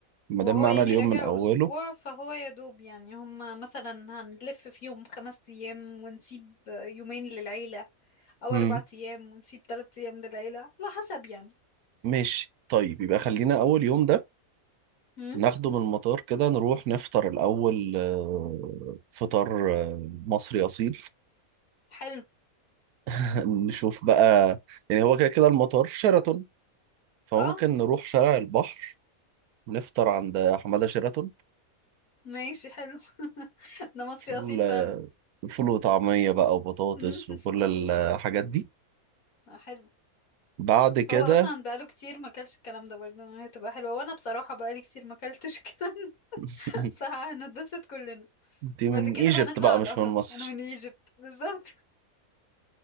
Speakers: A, on the right; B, on the left.
A: ما
B: وهو
A: دام معانا
B: يعني
A: اليوم
B: راجع
A: من أوله
B: أسبوع فهو يا دوب يعني هم مثلا هنلف في يوم خمس أيام ونسيب يومين للعيلة أو
A: مم.
B: أربع أيام ونسيب تلات أيام للعيلة على حسب يعني
A: ماشي طيب يبقى خلينا أول يوم ده
B: هم؟
A: ناخده من المطار كده نروح نفطر الأول آه، فطار آه، مصري أصيل
B: حلو
A: <laughs> نشوف بقى يعني هو كده كده المطار في شيراتون فممكن
B: اه
A: نروح شارع البحر نفطر عند حمادة شيراتون
B: ماشي حلو <laughs> ده مصري
A: فول
B: أصيل فعلا
A: آه، فول وطعمية بقى وبطاطس
B: مم.
A: وكل الحاجات دي
B: <laughs> حلو
A: بعد كده
B: هو أصلا بقاله كتير ما كلش الكلام ده برضه هتبقى حلوة وأنا بصراحة بقالي كتير ما كلتش <laughs> الكلام ده
A: <laughs>
B: فهنتبسط كلنا
A: دي
B: بعد
A: من
B: كده
A: ايجيبت
B: بقى نطلع
A: بقى
B: على
A: مش
B: الأهرامات
A: من مصر
B: أنا من ايجيبت بالظبط